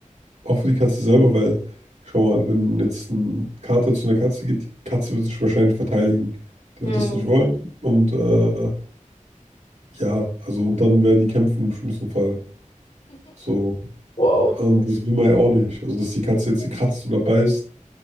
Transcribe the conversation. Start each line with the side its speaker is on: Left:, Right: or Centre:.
Right: auch für die Katze selber, weil, schau mal, wenn jetzt ein Kater zu einer Katze geht, die Katze wird sich wahrscheinlich verteidigen. Die
Left: Mhm.
Right: wird das nicht wollen. Und äh, ja, also und dann werden die kämpfen im schlimmsten Fall. So.
Left: Wow.
Right: Und das will man ja auch nicht. Also, dass die Katze
Left: <laughs>
Right: jetzt sie kratzt oder beißt,